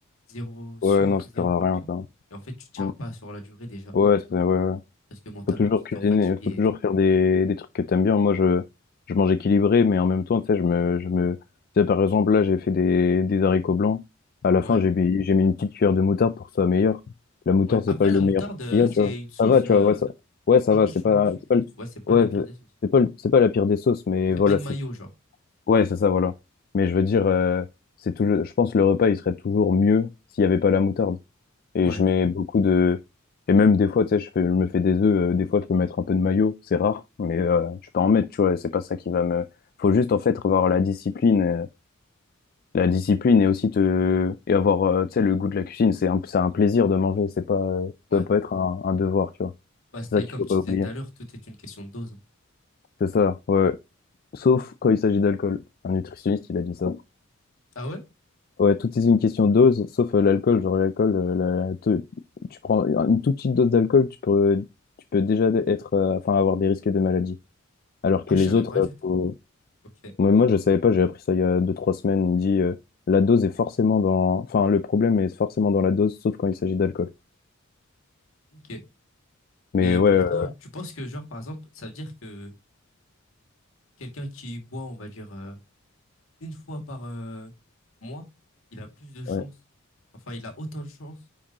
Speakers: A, on the left; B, on the left.
A: zéro sucre,
B: Ouais, non, ça
A: zéro
B: sert à rien,
A: tout.
B: ça.
A: Et en fait, tu tiens
B: Mm.
A: pas sur la durée déjà.
B: Ouais, ça- ouais, ouais.
A: Parce que mentalement,
B: Faut toujours
A: tu te
B: cuisiner,
A: sens fatigué
B: faut toujours
A: et tout.
B: faire des, des trucs que t'aimes bien. Moi, je, je mange équilibré, mais en même temps, tu sais, je me, je me, tu sais, par exemple, là, j'ai fait des, des haricots blancs. À la
A: Ouais,
B: fin, j'ai mis, j'ai mis une petite cuillère de moutarde pour que ce soit meilleur. La moutarde,
A: ouais.
B: c'est
A: Après,
B: pas le
A: la moutarde,
B: meilleur truc
A: euh,
B: qu'il y a,
A: c'est
B: tu vois.
A: une sauce
B: Ça va, tu
A: euh,
B: vois, ouais, ça, ouais, ça
A: pas
B: va,
A: riche
B: c'est pas,
A: en sucre
B: c'est pas
A: et
B: le,
A: tout. Ouais, c'est pas
B: ouais,
A: la pire
B: c'est
A: des sauces.
B: c'est pas le- c'est pas la pire des sauces, mais
A: C'est
B: voilà,
A: pas une
B: si.
A: mayo, genre.
B: Ouais, c'est ça, voilà. Mais je veux dire, euh, c'est toujours, je pense que le repas, il serait toujours mieux s'il y avait pas la moutarde. Et
A: Ouais.
B: je mets beaucoup de... Et même des fois, tu sais, je fais- je me fais des œufs. euh, des fois, je peux mettre un peu de maillot. C'est rare, mais euh, je peux en mettre, tu vois. C'est pas ça qui va me... Faut juste, en fait, avoir la discipline. euh, la discipline et aussi te... Et avoir, euh, tu sais, le goût de la cuisine. C'est un, c'est un plaisir de manger. C'est pas... euh,
A: Ouais.
B: ça doit pas être un, un devoir, tu vois.
A: Bah, c'était
B: C'est ça qu'il
A: comme
B: faut
A: tu
B: pas
A: disais
B: oublier.
A: tout à l'heure, tout est une question de dose. hein.
B: C'est ça, ouais. Sauf quand il s'agit d'alcool. Un nutritionniste, il a dit ça.
A: Ah ouais?
B: Ouais, tout est une question de dose, sauf euh, l'alcool. Genre l'alcool, euh, la- la- te- tu prends une toute petite dose d'alcool, tu peux, tu peux déjà être, euh, enfin, avoir des risques de maladie. Alors que
A: Ah, je
B: les
A: savais
B: autres,
A: pas
B: euh,
A: du tout.
B: faut-
A: Ok,
B: moi, moi, je savais pas, j'ai appris ça il y a deux, trois semaines. Il me dit, euh, la dose est forcément dans, enfin, le problème est forcément dans la dose, sauf quand il s'agit d'alcool.
A: ok.
B: Mais
A: Mais
B: ouais,
A: pourtant,
B: euh,
A: tu penses que, genre, par exemple, ça veut dire que quelqu'un qui boit, on va dire, euh, une fois par euh, mois, il a plus de chances,
B: ouais.
A: enfin, il a autant de chances